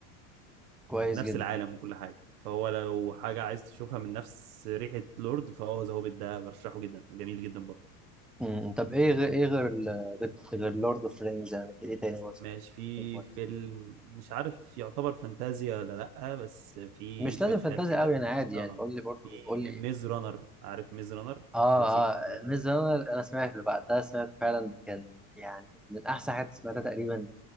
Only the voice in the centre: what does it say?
كويس
جدا
مم. طب ايه غير ايه غير ال- غير غير لورد اوف رينجز يعني في ايه تاني مثلا
يكون
كويس
مش
لازم
فانتازي
قوي يعني عادي يعني
قول لي برضو
قول لي ايه
اه
اه
ميز رانر انا سمعت اللي بعد ده سمعت فعلا كان يعني من احسن حاجات سمعتها تقريبا